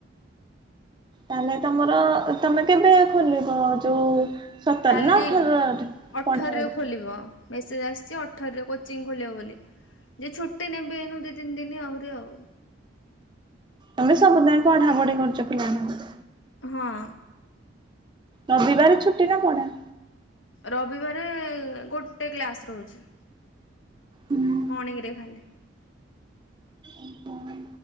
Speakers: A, on the right; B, on the left.
A: ତାହେଲେ ତମର ତମେ କେବେ ଖୋଲିବ ଯୋଉ ସତର
B: କାଲି
A: ନା ଅଠରରେ
B: ଅଠରରେ
A: ପଢା ପଢି
B: ଖୋଲିବ ମେସେଜ୍ ଆସିଛି ଅଠରରେ କୋଚିଂ ଖୋଲିବ ବୋଲି। ଯେ ଛୁଟି ନେବି ଏନୁ ଦି ତିନି ଦିନି ଆହୁରି ଆଉ।
A: ତମେ ସବୁଦିନ ପଢା ପଢି କରୁଛ ପିଲାଙ୍କୁ
B: ହଁ।
A: ରବିବାର ଛୁଟି ନା ପଢ଼ା?
B: ରବିବାରେ ଗୋଟେ କ୍ଲାସ୍ ରହୁଛି।
A: ହୁଁ
B: ମର୍ଣିଂ ରେ ଖାଲି।
A: ଅ ହଁ